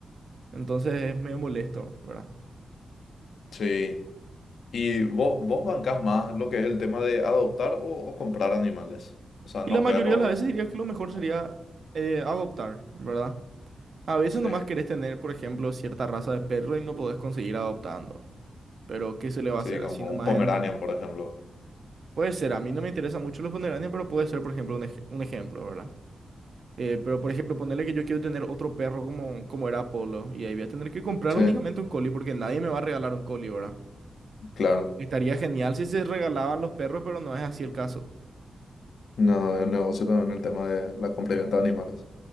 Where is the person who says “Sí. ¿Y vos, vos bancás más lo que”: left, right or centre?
Left